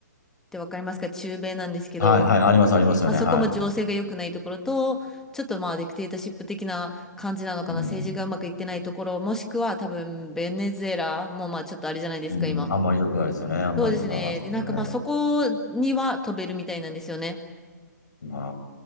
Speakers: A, in the centre; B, on the left (about 75°).
A: てわかりますか中米なんですけど、
B: はい、はい、あります、ありますよね。
A: まあ、そこも情勢が良くないところと、
B: は
A: ちょっとまあディクテータシップ的な感じなのかな、
B: い。うん
A: 政治がうまくいってないところ、もしくは多分ベネズエラもまあちょっとあれじゃないですか、
B: うん、
A: 今。
B: あんまりよくあれですよね。あんまり今はそこもね。
A: そうですね。で、なんかまあそこには飛べるみたいなんですよね。
B: ま